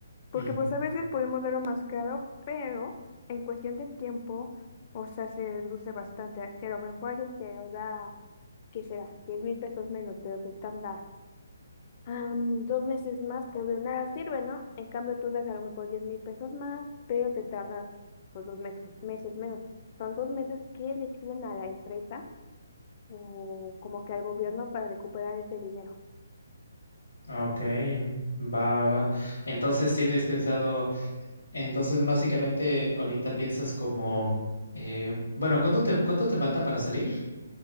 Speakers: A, on the left; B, on the left.
A: Porque
B: Ujú.
A: pues a veces podemos darlo más caro, pero en cuestión de tiempo, o sea, se reduce bastante. Que a lo mejor alguien te lo da, ¿qué será? diez mil pesos menos, pero se tarda am, dos meses más, pues de nada sirve, ¿no? En cambio, tú das a lo mejor diez mil pesos más, pero te tardas pues dos meses, meses menos. Son dos meses que le sirven a la empresa o como que al gobierno para recuperar ese dinero.
B: Ah, Ok, va, va, va. Entonces tienes pensado, entonces básicamente ahorita piensas como, eh, bueno, ¿cuánto te, cuánto te falta para salir?